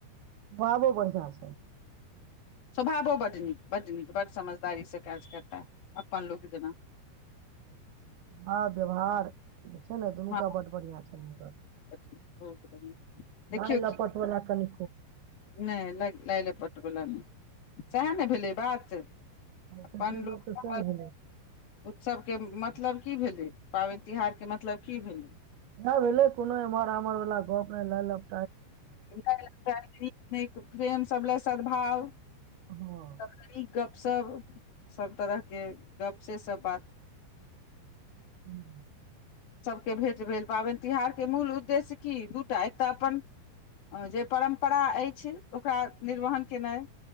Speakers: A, on the right; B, on the left.
A: बाबो बढ़ियां छनि
B: स्वभावो बड्ड नीक बड्ड नीक बड्ड समझदारीसँ काज करताह अपन लोक जेना <inaudible>
A: भाव व्यवहार जे छै ने दुनू
B: हँ
A: टा बड बढ़िआँ छनि हुनकर
B: बहुत बढ़िया देखियौ
A: नहि लपट
B: की
A: वला कनि
B: नहि लायलेपटबला नहि सएह ने भेलै बात अपन
A: सबसँ पैघ
B: लोकसभ
A: गप तऽ सएह भेलै
B: उत्सवके मतलब की भेलै पाबनि तिहारके मतलब की भेलै
A: यैह भेलै कोनो एमर आम्हर बला गप नहि लाय लप
B: नहि लग नीक नीक प्रेम सभ लए सद्भाव
A: हँ
B: लए नीक सब सब तरह के गप से सब बात
A: <unintelligible>
B: के भेंट भेल पाबनि तिहार के मूल उद्देश्य की दूटा एक तऽ अपन जे परम्परा अछि ओकरा निर्वहन केनाइ